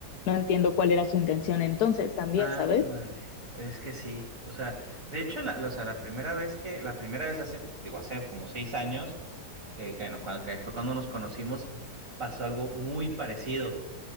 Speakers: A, on the left; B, on the right.
A: no entiendo cuál era su intención entonces también,
B: Ándale,
A: ¿sabes?
B: es que sí. O sea, de hecho, la, la- o sea, la primera vez que, la primera vez hace, digo, hace como seis años, que, que, no, cuando- que fue cuando nos conocimos, pasó algo muy parecido.